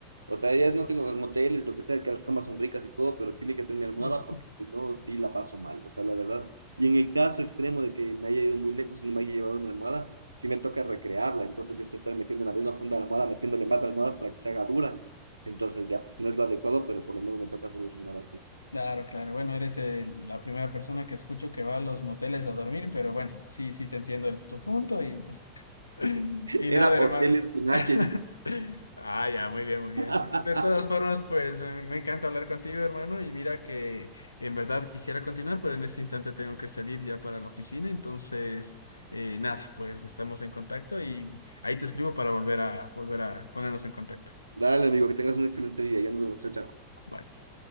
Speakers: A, on the right (about 80°); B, on the left (about 80°).
A: O sea, ya no tengo en lo que sea, que las camas son ricas y todo, pero tiene que ser mi almohada
B: <laughs>
A: porque si no, sí la paso mal. O sea, la verdad. Y en el caso extremo de que me haya ido muy lejos y no me haya llevado mi almohada, sí me toca recrearla. Entonces yo sé estar metiendo en la misma funda de la almohada, metiéndole más almohadas para que se haga dura. Entonces ya, pues no es lo adecuado, pero por lo menos me toca solucionar así.
B: Claro, claro. Bueno, eres el- la primera persona que escucho que va a los moteles a dormir, pero bueno, sí, sí te entiendo el- tu punto y... <laughs> Y
A: Era
B: nada, hermano.
A: hoteles con H.
B: <laughs> Ah, ya, muy bien, muy bien.
A: <laughs>
B: De todas formas, pues me, me encanta hablar contigo, hermano. Y mira que en verdad quisiera continuar, pero en este instante tengo que salir ya para la oficina. Entonces, eh, nada, pues estamos en contacto y ahí te escribo para volver a volver a ponernos en contacto.
A: Dale, amigo, que tengas un excelente día. Ya nos vemos, chao, chao.
B: Bye.